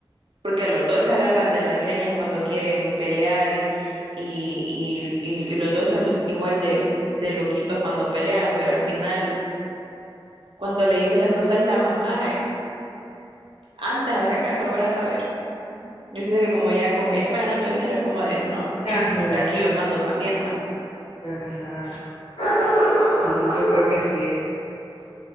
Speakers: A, on the right (about 70°); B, on the left (about 85°).
A: porque los dos se agarran de las greñas cuando quieren pelear y, y, y, y- y los dos son i- igual de, de loquitos cuando pelean, pero al final cuando le dice las cosas la mamá, eh, antes hacia acaso, ahora a saber. Yo siento que como ya, como ya está ganando dinero, es como de no,
B: Ajá,
A: yo aquí yo mando también va.
B: ajá. Sí, yo creo que así es.